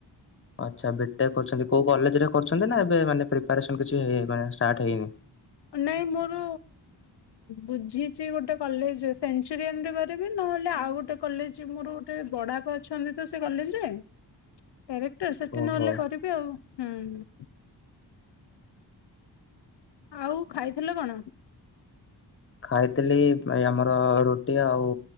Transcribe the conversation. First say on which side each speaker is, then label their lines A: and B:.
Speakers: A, on the left; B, on the left.
A: ଆଛା ବିଟେକ୍ କରୁଛନ୍ତି, କୋଉ କଲେଜରେ କରଛନ୍ତି, ନା ଏବେ ମାନେ ପ୍ରିପାରେସନ କିଛି ହେଇ, ଷ୍ଟାଟ ହେଇନି।
B: ନାଇଁ ମୋର ବୁଝିଛି, ଗୋଟେ କଲେଜ ସେଞ୍ଚରିଆନରେ କରିବି, ନହେଲେ ଆଉ ଗୋଟେ କଲେଜ ମୋର ଗୋଟେ ବଡାପ ଅଛନ୍ତି, ତ ସେ କଲେଜରେ କ୍ୟାରେକ୍ଟର ସେଠି
A: ଓହୋ।
B: ନହେଲେ କରିବି, ଆଉ। ହୁଁ। ଆଉ ଖାଇଥିଲ କଣ?
A: ଖାଇଥିଲି ଏ ଆମର ରୁଟି ଆଉ,